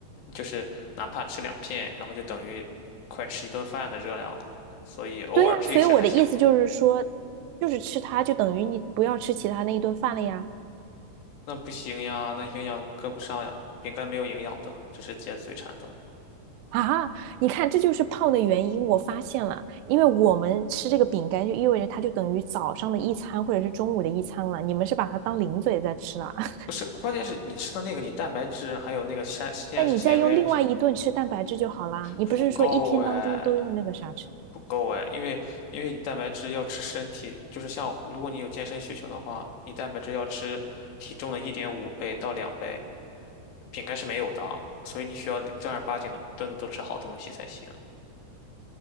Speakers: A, on the left (about 85°); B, on the right (about 85°).
A: 就是哪怕吃两片，然后就等于快吃一顿饭的热量了，所以偶尔吃一吃还行吧。
B: 对呀，所以我的意思就是说，就是吃它就等于你不要吃其他那一顿饭了呀。
A: 那不行呀，那营养跟不上呀，饼干没有营养的，这是解嘴馋的。
B: 啊，你看，这就是胖的原因。我发现了，因为我们吃这个饼干，就意味着它就等于早上的一餐或者是中午的一餐了。你们是把它当零嘴在吃了，<laughs>
A: 不是，关键是你吃的那个，你蛋白质还有那个膳膳食纤维还是什么
B: 那你再用另外一顿吃蛋白质就好啦。你不是说一天当中都用那个啥吃？
A: 不够哎，不够哎，因为因为你蛋白质要吃身体，就是像如果你有健身需求的话，你蛋白质要吃体重的一点五倍到两倍，饼干是没有的，所以你需要正儿八经的顿顿都吃好东西才行。